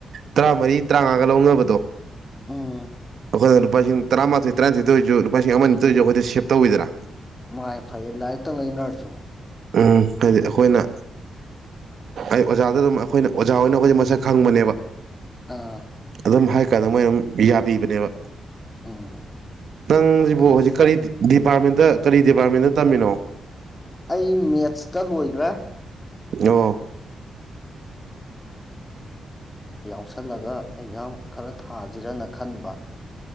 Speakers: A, on the right; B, on the left.
A: ꯇꯔꯥꯃꯔꯤ ꯇꯔꯥꯃꯉꯥꯒ ꯂꯧꯅꯕꯗꯣ
B: ꯎꯝ
A: ꯑꯩꯈꯣꯏꯅ ꯂꯨꯄꯥꯁꯤꯡ ꯇꯔꯥꯃꯥꯊꯣꯏ ꯇꯔꯥꯅꯤꯊꯣꯏꯇ ꯑꯣꯢꯔꯁꯨ ꯂꯨꯄꯥꯁꯤꯡ ꯑꯃꯅꯤ ꯇꯑꯣꯢꯁꯨ ꯁꯦꯞ ꯇꯧꯋꯤꯗꯅ
B: ꯃꯥ ꯐꯩꯌꯦ ꯂꯥꯏꯔꯤꯛꯇꯪ ꯂꯩꯅꯔꯁꯨ
A: ꯎꯝ ꯀꯔꯤ ꯑꯩꯈꯣꯏꯅ ꯑꯩ ꯑꯣꯖꯥꯗ ꯑꯗꯨꯝ ꯑꯩꯈꯣꯏꯅ ꯑꯣꯖ ꯍꯣꯏꯅ ꯑꯩꯗꯣꯏꯁꯦ ꯃꯁꯛ ꯈꯪꯕꯅꯦꯕ
B: ꯑꯥ
A: ꯑꯗꯨꯝ ꯍꯥꯏ ꯀꯥꯟꯗ ꯃꯣꯏ ꯑꯗꯨꯝ ꯌꯥꯕꯤꯕꯅꯦꯕ
B: ꯎꯝ
A: ꯅꯪꯁꯤꯕꯨ
B: ꯐꯩ
A: ꯍꯧꯖꯤꯛ
B: ꯐꯩ
A: ꯀꯔꯤ ꯗꯤꯄꯥꯔꯠꯃꯦꯟ ꯗ ꯀꯔꯤ ꯗꯤꯄꯥꯔꯠꯃꯦꯟꯗ ꯇꯝꯃꯤꯅꯣ
B: ꯑꯩ ꯃꯦꯠꯁꯇ ꯂꯣꯏꯒ꯭ꯔꯦ
A: ꯑꯣ
B: ꯂꯁꯜꯂꯒ ꯑꯦꯛꯖꯥꯝ ꯈꯔ ꯊꯥꯖꯤꯔꯅ ꯈꯟꯕ